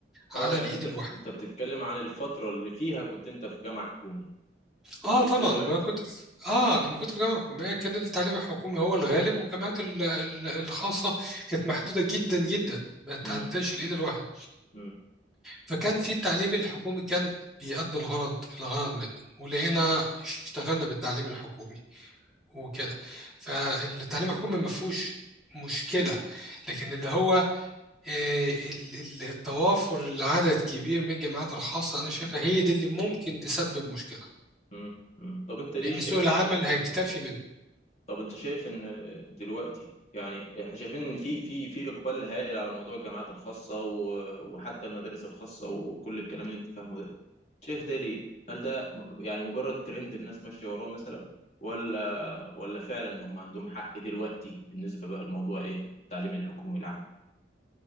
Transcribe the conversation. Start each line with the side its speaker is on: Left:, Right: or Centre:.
Centre: على
Left: اه يعني
Centre: الايد
Left: انت
Centre: الواحده
Left: انت بتتكلم عن الفترة اللي فيها كنت انت في جامعة حكومي
Centre: اه
Left: مش
Centre: طبعا
Left: دلوقتي
Centre: ما كنت في اه لما كنت في جامعه حكوميه كان التعليم الحكومي هو الغالب والجامعات ال- ال- الخاصه كانت محدوده جدا جدا ما تعداش
Left: مم.
Centre: الايد الواحده
Left: مم.
Centre: فكان في التعليم الحكومي كان بيأدي الغرض الغرض منه ولقينا اشتغلنا بالتعليم الحكومي وكده فالتعليم الحكومي ما فيهوش مشكله لكن اللي هو آه، ال- ال- التوافر العدد كبير من الجامعات الخاصه انا شايفها هي دي اللي ممكن تسبب مشكله
Left: مم. مم. طب انت ليه
Centre: لأن
Left: شايف
Centre: سوق العمل
Left: او
Centre: هيكتفي منك
Left: طب انت شايف ان دلوقتي يعني احنا شايفين ان في في في اقبال هائل على موضوع الجامعات الخاصة و- وحتى المدارس الخاصة وكل الكلام اللي انت فاهمه ده شايف ده ليه؟ هل ده م- يعني مجرد ترند الناس ماشية وراه مثلا ولا ولا فعلا هم عندهم حق دلوقتي بالنسبة بقى لموضوع ايه التعليم الحكومي العام